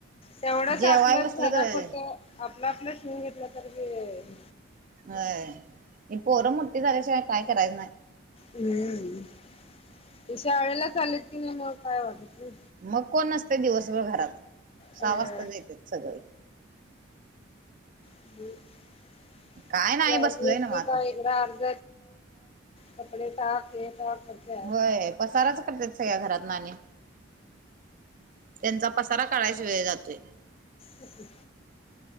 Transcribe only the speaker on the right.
जेवाय
बसलं
तर
ही पोर मोठी झाल्या शिवाय काय करायचं नाय
मग कोण नसतय दिवसभर घरात सहा
वाजताच येतात सगळी
काय नाही बसलोय नव्ह आता.
होय पसाराच करत्यात सगळ्या घरातनी त्यांचा पसारा काढायच वेळ जातोय